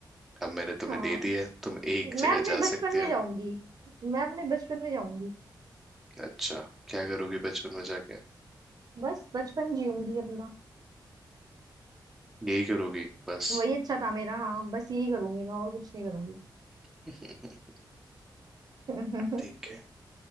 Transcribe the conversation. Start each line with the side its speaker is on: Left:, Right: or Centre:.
Centre: अब मैंने तुम्हें
Right: हाँ
Centre: दे दिया तुम एक
Right: मैं
Centre: जगह
Right: अपने
Centre: जा
Right: बचपन
Centre: सकती
Right: में
Centre: हो
Right: जाऊंगी मैं अपने बचपन में जाऊंगी
Centre: अच्छा क्या करोगी बचपन में जाके
Right: बस बचपन जीऊंगी अपना
Centre: यही करोगी बस
Right: वही अच्छा था मेरा हाँ बस यही करूंगी मैं और कुछ नहीं करूंगी
Centre: <laughs>
Right: <laughs>
Centre: ठीक है